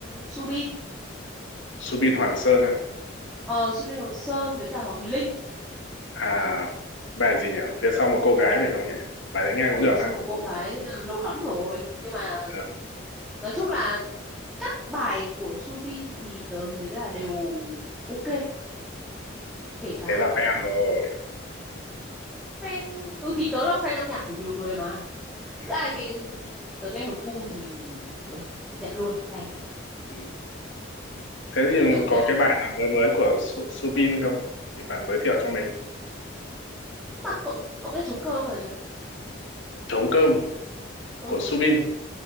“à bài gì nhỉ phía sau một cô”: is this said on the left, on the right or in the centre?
Left